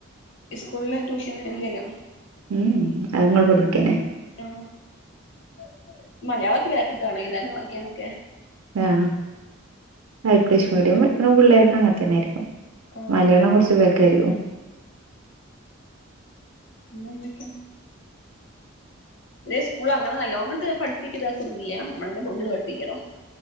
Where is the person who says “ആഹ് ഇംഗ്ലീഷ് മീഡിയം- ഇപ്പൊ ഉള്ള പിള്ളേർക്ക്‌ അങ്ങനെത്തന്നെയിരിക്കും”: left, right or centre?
Right